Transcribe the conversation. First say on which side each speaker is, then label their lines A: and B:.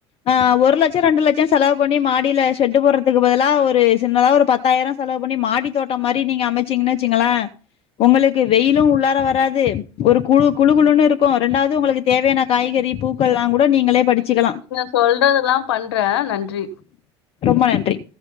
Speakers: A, on the left; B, on the left.
A: ஆ ஒரு லட்ச ரெண்டு லட்ச செலவு பண்ணி மாடியில ஷெட்டு போட்றதுக்கு பதிலா ஒரு சின்னதா ஒரு பத் பத்தாயிர செலவு பண்ணி மாடி தோட்டம் மாரி நீங்க அமைச்சீங்கன்னு வச்சிங்கள உங்களுக்கு வெயிலு உள்ளார வராது ஒரு குழு குழு குழுன்னு இருக்கும் ரெண்டாவது உங்களுக்கு தேவையான காய்கறி பூக்கள்லா கூட நீங்களே பறிச்சிக்கலா
B: சொல்றதெல்லா பண்ற நன்றி
A: ரொம்ப நன்றி